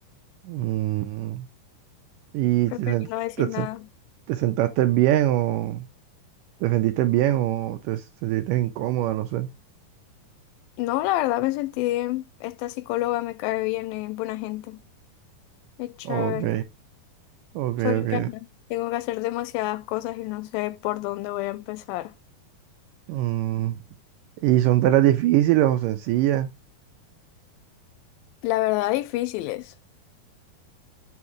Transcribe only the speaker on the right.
Mm, ¿y
te, sen-
te, se-
te sentaste bien o...? ¿Te sentiste bien o te sentiste incómoda? No sé.
Ok, ok,
ok.
Mm, ¿Y son tareas difíciles o sencillas?